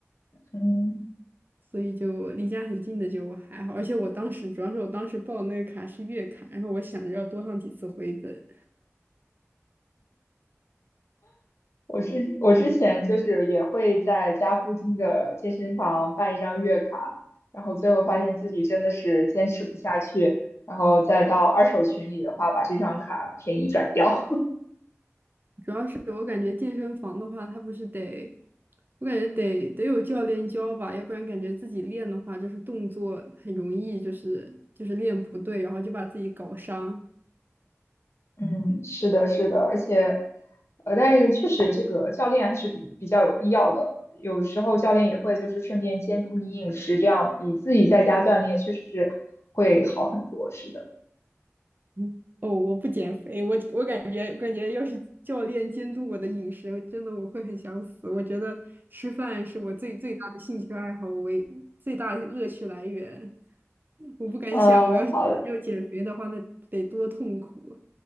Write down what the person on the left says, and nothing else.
嗯
我是我之前就是也会在家附近的健身房办一张月卡，然后最后发现自己真的是坚持不下去，然后再到二手群里的话，把这张卡便宜转掉。
嗯，是的，是的，而且，呃，但是确实这个教练还是比比较有必要的。有时候教练也会就是顺便监督你饮食，这样比自己在家锻炼确实是会好很多。是的，
呃，
好的，